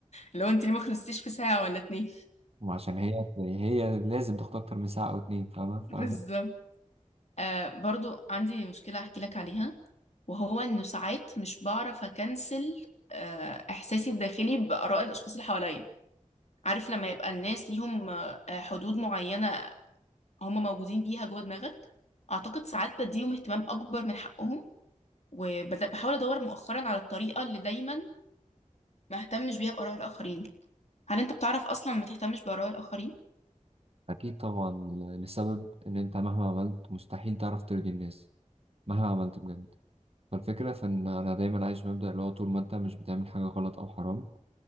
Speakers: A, on the left; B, on the right.
A: لو انت ليه ما خلصتيش في ساعة ولا اتنين <laughs>
B: وعشان هي هي لازم تاخد أكتر من ساعة أو اتنين فاهمة
A: بالظبط
B: فاهمة
A: آه برضو عندي مشكلة احكي لك عليها وهو انه ساعات مش بعرف اكنسل آه، احساسي الداخلي باراء الاشخاص اللي حواليا عارف لما يبقى الناس ليهم آه، حدود معينة هم موجودين بيها جوه دماغك اعتقد ساعات بديهم اهتمام اكبر من حقهم وبحاول ادور مؤخرا على الطريقة اللي دايما ما اهتمش بيها باراء الاخرين هل انت بتعرف اصلا ما تهتمش باراء الاخرين
B: أكيد طبعا لسبب إن أنت مهما عملت مستحيل تعرف ترضي الناس مهما عملت بجد فالفكرة في إن أنا دايما عايش مبدأ اللي هو طول ما أنت مش بتعمل حاجة غلط أو حرام